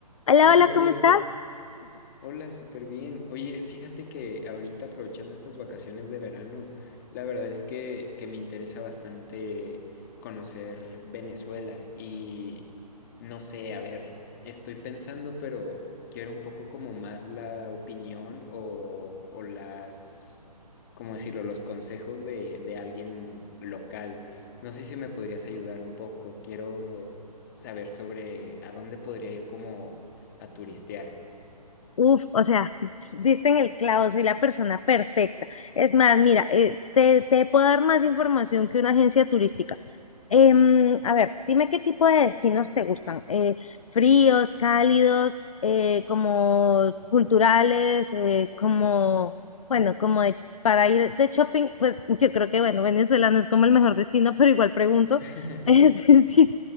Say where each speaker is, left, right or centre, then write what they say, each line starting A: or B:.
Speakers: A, on the left (about 55°); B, on the left (about 30°).
A: Hola,
B: Hola,
A: hola,
B: Dios.
A: ¿cómo estás?
B: Hola, súper bien. Oye, fíjate que ahorita aprovechando estas vacaciones de verano, la verdad es que, que me interesa bastante conocer Venezuela y no sé, a ver, estoy pensando, pero quiero un poco como más la opinión o, o las, ¿cómo decirlo?, los consejos de, de alguien local. No sé si me podrías ayudar un poco. Quiero saber sobre a dónde podría ir como a turistear.
A: Uf, o sea, s- diste en el clavo, soy la persona perfecta. Es más, mira, eh, te, te puedo dar más información que una agencia turística. Em, a ver, dime qué tipo de destinos te gustan. Eh, fríos, cálidos, eh, como culturales, eh, como, bueno, como de- para ir de shopping, pues yo creo que, bueno, Venezuela no es como el mejor destino, pero igual pregunto,
B: <laughs>
A: <laughs> este, sí,